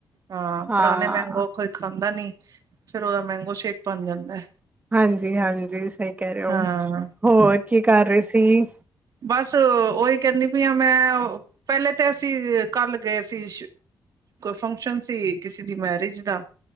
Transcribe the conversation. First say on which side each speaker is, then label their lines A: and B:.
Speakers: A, on the right; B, on the right.
A: ਹਾਂ
B: ਹਾਂ
A: ਪੁਰਾਣੇ ਮੈਂਗੋ। ਕੋਈ ਖਾਂਦਾ ਨਹੀਂ, ਫੇਰ ਉਹਦਾ ਮੈਂਗੋ ਸ਼ੇਕ ਬਣ ਜਾਂਦਾ।
B: ਹਾਂਜੀ-ਹਾਂਜੀ, ਸਹੀ ਕਹਿ ਰਹੇ ਹੋ
A: ਹਾਂ
B: ਹੋਰ ਕੀ ਕਰ ਰਹੇ ਸੀ?
A: ਬਸ ਉਹੀ ਕਹਿੰਦੀ ਪੀ ਆ। ਮੈਂ ਪਹਿਲੇ ਤੇ ਅਸੀਂ ਕੱਲ ਗਏ ਸੀ। ਫੰਕਸ਼ਨ ਸੀ ਕਿਸੇ ਦੀ ਮੈਰਿਜ ਦਾ।